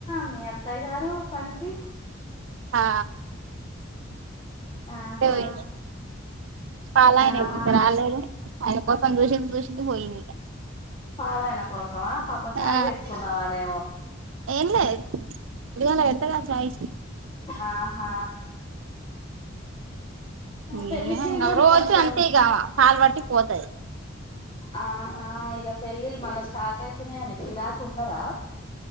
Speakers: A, on the left; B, on the right.
A: మీ అత్తయ్య గారు పనికి.
B: హా ఇప్పుడే
A: ఆహా
B: పోయింది పాలయన
A: ఆహా
B: ఇంకా రాలేదు. ఆయన కోసం చూసింది చూసింది పోయింది ఇక.
A: పాలాయన కోసమా పాపం చాయ్
B: ఆ
A: పెట్టుకుందావానేమో.
B: ఏం లేదు పొద్దుగాల పెడతగా చాయ్
A: ఆహా పెళ్లి
B: ఇం <unintelligible>
A: సీజన్
B: రోజు
A: కొంచెం
B: అంతే ఇగామా పాలు పట్టి పోతది.
A: ఆహా ఇగ పెళ్లిళ్లు మల్ల స్టార్ట్యితున్నాయ నిగు గిరాక్ ఉంటదా?